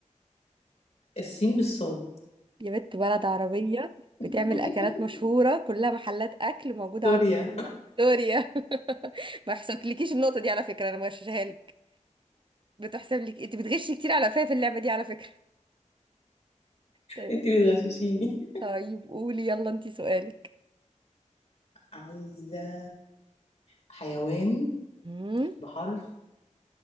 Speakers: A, on the left (about 55°); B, on the right (about 40°).
A: الصين بالصاد
B: يا بنت بلد عربية بتعمل
A: <laughs>
B: أكلات مشهورة كلها محلات أكل موجودة
A: سوريا
B: عندنا في سوريا <laughs> ما يحسبلكيش النقطة دي على فكرة أنا مغششها لك بتحسب لك أنت بتغشي كتير على فيا في اللعبة دي على فكرة طيب
A: انتي بتغششيني
B: طيب قولي يلا أنت سؤالك
A: عايزة حيوان
B: مم.
A: بحرف